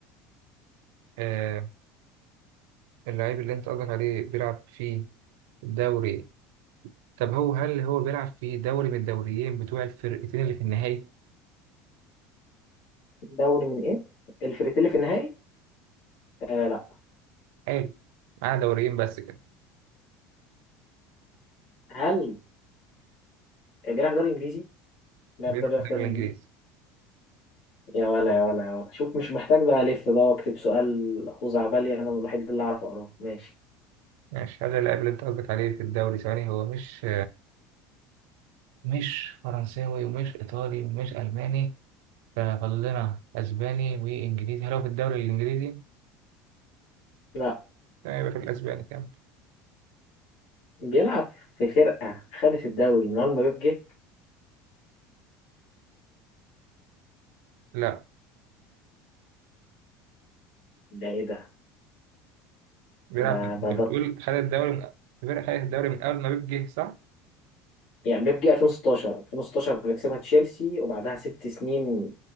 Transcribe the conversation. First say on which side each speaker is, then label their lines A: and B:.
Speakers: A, on the right; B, on the left.
A: آه اللاعب اللي أنت قصدك عليه بيلعب في دوري طب هو هل هو بيلعب في دوري من الدوريين بتوع الفرقتين اللي في النهائي؟
B: دوري من ايه؟ الفريتيلي في النهائي؟ آه لا
A: حلو معاه دوريين بس كده
B: هل بيلعب دوري انجليزي؟ اللاعب
A: بيلعب
B: ده بيلعب
A: في الدوري
B: دوري انجليزي؟
A: الإنجليزي
B: يا ولا يا ولا يا ولا شوف مش محتاج بقى الف بقى واكتب سؤال خزعبلي انا الوحيد اللي اعرف اقراه ماشي
A: ماشي هل اللاعب اللي أنت قصدك عليه في الدوري ثواني هو مش مش فرنساوي ومش إيطالي ومش ألماني ففاضل لنا اسباني وانجليزي هل هو في الدوري الانجليزي؟
B: لا
A: تمام يبقى في الاسباني كمان
B: بيلعب في فرقة خدت الدوري من اول ما بيب جه
A: لا
B: ده ايه ده؟
A: بيلعب
B: ده
A: في انت
B: ده
A: بتقول
B: ده
A: خد الدوري من الفرقه خدت الدوري من اول ما بيب جه صح؟
B: يعني بيب جه 2016 2016 بيكسبها تشيلسي وبعدها ست سنين